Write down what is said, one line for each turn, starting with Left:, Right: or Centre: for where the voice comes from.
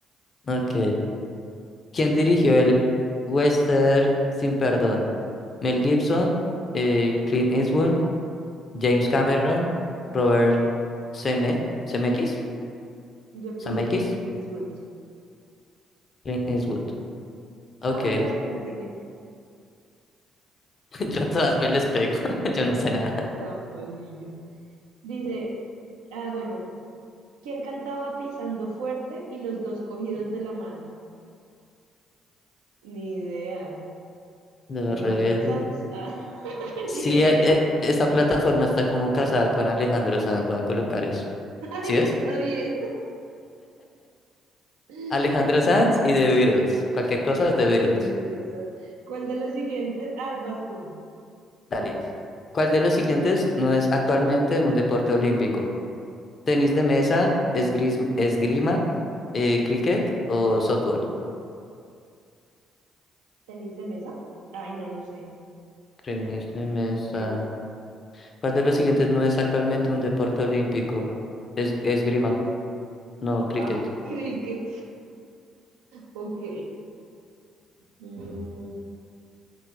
Left: Ok. ¿Quién dirigió el Western Sin Perdón? Mel Gibson, eh, Clint Eastwood, James Cameron, Robert Zemeck- Zemeckis,
Right: Yo
Left: Zemeckis,
Right: puse Clint Eastwood.
Left: Clint Eastwood. Ok,
Right: Ah, ya tiene
Left: <laughs> yo a todas me les pego, <laughs> yo
Right: mucho
Left: no sé nada.
Right: tramposillo. Dice, ah, bueno, ¿quién cantaba Pisando Fuerte y los dos cogidos de la mano? Ni idea.
Left: Los
Right: Alejandro
Left: rebeldes.
Right: Sanz. Ah, <laughs>
Left: Sí,
Right: ni idea.
Left: eh, eh, esta plataforma está como casada con Alejandro Sanz, voy a colocar eso.
Right: Ay,
Left: ¿Sí ves?
Right: está bien. Qué
Left: Alejandro Sanz y The Beatles. Cualquier cosa es The Beatles.
Right: risa. ¿Cuál de los siguientes? Ah, vas tú.
Left: Dale. ¿Cuál de los siguientes no es actualmente un deporte olímpico? Tenis de mesa, esgris- esgrima, eh, cricket o softball.
Right: ¿Tenis de mesa? Ay, no, no sé,
Left: Tenis de mesa.
Right: creo.
Left: ¿Cuál de los siguientes no es actualmente un deporte olímpico? Es, esgrima, no cricket.
Right: Ah, cricket. Ok. Mm,